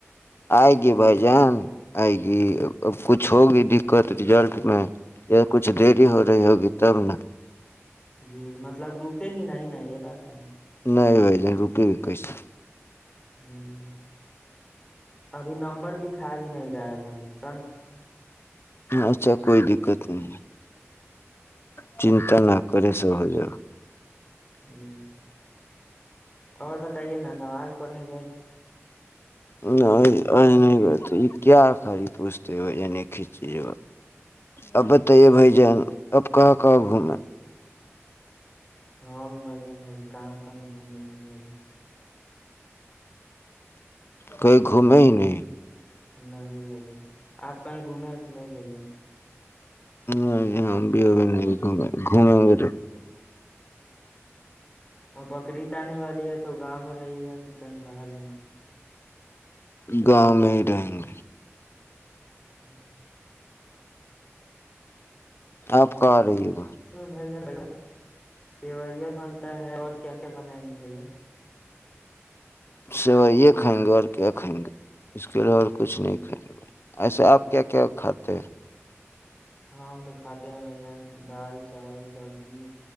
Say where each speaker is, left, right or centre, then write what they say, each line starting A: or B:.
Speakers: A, on the left; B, on the left.
A: آئے گی بھائی جان آئے گی اب کچھ ہوگی دقت رزلٹ میں یا کچھ دری ہو رہی ہوگی تب نا
B: جی مطلب روکے گی نہیں ہی نہیں یہ بات ہے ن
A: نہیں ج رکی بھی کوئیس <inaudible>
B: ج جی <inaudible> ابھی نمبر <inaudible> دکھا بھی نہیں رہا ہے بھائی ج سمجھ <inaudible>
A: اچھا کوئی دقت نہیں ہے چنتا نہ کرے سرو ہو جا
B: جی <inaudible> اور بتائیے نا نماز پڑھنے گئے تھے
A: نہیں یہ کیا آ خر پوچھتے بھ ج ایک ہی چیز ب اب بتائیے بھائی جن اب کہاں کہاں گھوم
B: ہم بھ جان ابھی کہاں کہیں گھوم رہے ہیں بھائی جن
A: کہئی گھومے ہی نہیں <inaudible>
B: نہیں ہی بائی جن آپ کہیں گھومے ہیں کہ نہیں بھیجیں
A: نہیں بھی نہیں گھومیں گ ر
B: اور بقرعید آنے والی ہے تو گاؤں میں رہے گا کہ کہیں باہر جانا
A: گاؤں میں ہی رہیں گے
B: ہاں
A: آپ کہاں رہی ہو
B: ہ بھائی جان سیوئیا بنتا ہے اور کیا کیا بنائیں گے بھیا
A: سوائے یہ کھائیں گے اور کیا کھائیں گے اس کے علاوہ اور کچھ نہیں کھائیں گے ایسا آپ کیا کیا کھاتے ہیں
B: ہم تو کھاتے ہیں بھ جان دال چاول سبزی